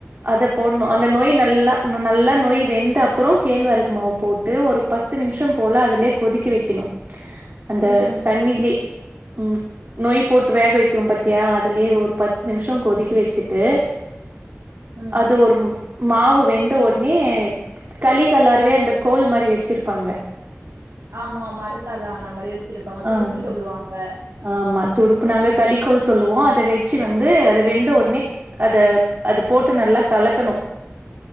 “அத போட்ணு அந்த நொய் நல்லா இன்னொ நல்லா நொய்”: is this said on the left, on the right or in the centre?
Right